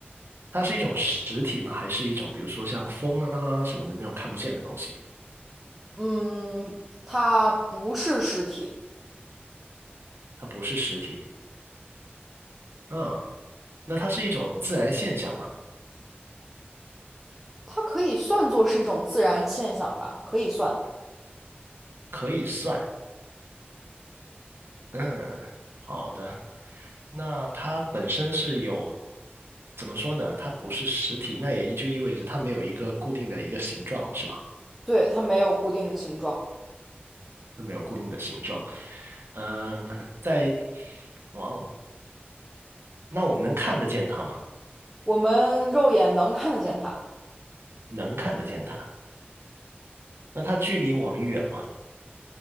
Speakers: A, on the right; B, in the centre.
A: 它是一种实体吗？还是一种比如说像风啊什么的那种看不见的东西？
B: 嗯，它不是实体，
A: 它不是实体。嗯，那它是一种自然现象吗？
B: 它可以算作是一种自然现象吧，可以算。
A: 可以算。嗯，好的。那它本身是有，怎么说呢？它不是实体，那也就意味着它没有一个固定的一个形状，是吗？
B: 对，它没有固定的形状，
A: 就没有固定的形状。嗯、在，哇哦，那我们能看得见它吗？
B: 我们肉眼能看得见它。
A: 能看得见它。那它距离我们远吗？